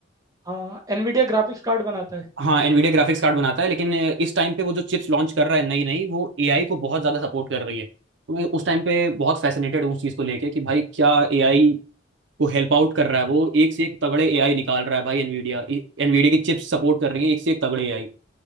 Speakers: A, on the right (about 15°); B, on the right (about 60°).
A: हाँ एनवीडिया ग्राफिक्स कार्ड बनाता है
B: हाँ एनवीडिया ग्राफिक्स कार्ड बनाता है लेकिन अ, इस टाइम पे वो जो चिप्स लॉन्च कर रहा है नई नई वो एआई को बहुत ज़्यादा सपोर्ट कर रही है तो मैं उस टाइम पे बहुत फैसिनेटेड हूँ उस चीज़ को लेके कि भाई क्या एआई को हेल्प आउट कर रहा है वो एक से एक तगड़े एआई निकाल रहा है भाई एनवीडिया एनवीडिया की चिप्स सपोर्ट कर रही है एक से एक तगड़े एआई